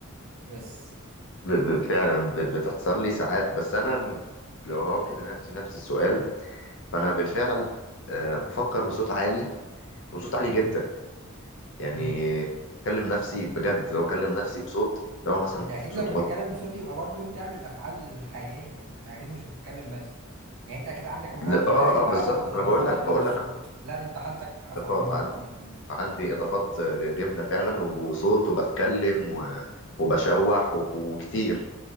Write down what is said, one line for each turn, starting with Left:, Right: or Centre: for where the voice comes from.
Right: بس
Left: ب- ب- فعلا ب- بتحصل لي ساعات بس أنا م- لو هوجه لنفسي نفس السؤال فأنا بالفعل آه، بفكر بصوت عالي وصوت عالي جدا يعني
Right: مم.
Left: بكلم نفسي بجد لو بكلم نفسي بصوت لو مثلا
Right: انت اكيد
Left: مش بصوت
Right: لو بتتكلم
Left: واطي.
Right: بصوت يبقى برضو بتعمل افعال حقيقيه يعني انت اكيد مش بتتكلم بس يعني انت اكيد عندك المرض
Left: لا،
Right: بتاعي
Left: اه
Right: بقى
Left: اه بالظبط
Right: واضافه
Left: ما انا بقول لك
Right: على
Left: بقول
Right: الصوت
Left: لك
Right: لا ده انت حالتك اصعب
Left: اضافات
Right: مني
Left: عن-
Right: بكتير كمان
Left: عندي اضافات آه، جبنه فعلا و- وصوت وبتكلم و- وبشوح و- وكتير